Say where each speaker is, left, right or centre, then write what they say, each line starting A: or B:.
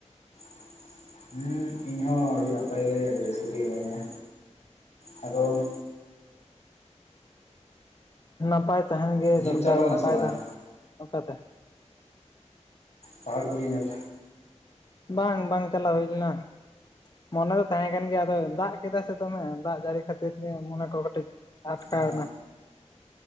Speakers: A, on the left (about 65°); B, on the left (about 35°).
A: <inaudible> ᱦᱩᱸ ᱤᱧᱦᱚᱸ ᱟᱹᱰᱤ ᱱᱟᱯᱟᱭ ᱜᱮ, ᱟᱹᱰᱤ ᱨᱟᱹᱥᱠᱟᱹ ᱛᱮᱜᱮ ᱢᱤᱱᱟᱹᱧᱟ᱾ ᱟᱫᱚ
B: ᱱᱟᱯᱟᱭ ᱛᱟᱦᱮᱱ ᱜᱮ
A: ᱤᱭᱟᱹᱢ
B: ᱫᱚᱨᱠᱟᱨ
A: ᱪᱟᱞᱟᱣ ᱞᱮᱱᱟ
B: ᱱᱟᱯᱟᱭ
A: ᱥᱮ ᱵᱟᱝ
B: ᱛᱟᱦᱮᱱ᱾ ᱚᱠᱟᱛᱮ?
A: ᱯᱟᱦᱟᱲ ᱯᱩᱡᱟᱹ ᱧᱮᱞ᱾
B: ᱵᱟᱝ ᱵᱟᱝ ᱪᱟᱞᱟᱣ ᱦᱩᱭ ᱞᱮᱱᱟ᱾ ᱢᱚᱱᱮ ᱫᱚ ᱛᱟᱦᱮᱸ ᱠᱟᱱ ᱜᱮᱭᱟ ᱟᱫᱚ ᱫᱟᱜ ᱠᱮᱫᱟ ᱥᱮ ᱫᱚᱢᱮ ᱫᱟᱜ ᱡᱟᱹᱲᱤ ᱠᱷᱟᱹᱛᱤᱨ ᱜᱮ ᱢᱚᱱᱮ ᱠᱚ ᱠᱟᱹᱴᱤᱡ ᱟᱴᱠᱟᱣᱱᱟ᱾
A: ᱚ